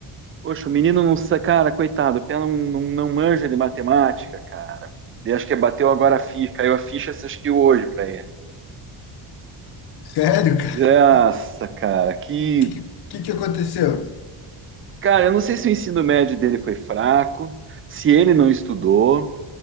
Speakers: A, on the right; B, on the left.
A: poxa, o menino não sa- cara, coitado, o pé não, não, não manja de matemática, cara. E acho que bateu agora a ficha, caiu a ficha, acho que hoje pra ele.
B: sério, cara?
A: Nossa,
B: O
A: cara, que.
B: Que, que, que que aconteceu?
A: Cara, eu não sei se o ensino médio dele foi fraco, se ele não estudou,